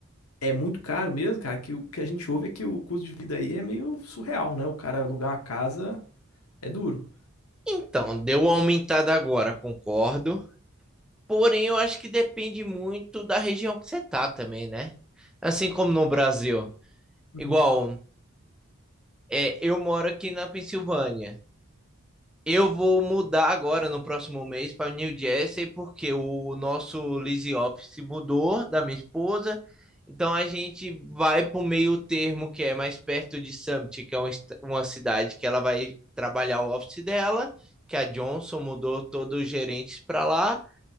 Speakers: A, on the left; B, in the centre.
A: é muito caro mesmo, cara, que o que a gente ouve é que o custo de vida aí é meio surreal, né? O cara alugar uma casa é duro.
B: Então, deu uma aumentada agora, concordo. Porém, eu acho que depende muito da região que você tá também, né? Assim como no Brasil.
A: Uhum,
B: Igual, é, eu moro aqui na Pensilvânia. Eu vou mudar agora no próximo mês para New Jersey porque o nosso lease office mudou da minha esposa. Então a gente vai para o meio termo que é mais perto de Summit, que é uma, est- uma cidade que ela vai trabalhar o office dela, que a Johnson mudou todos os gerentes para lá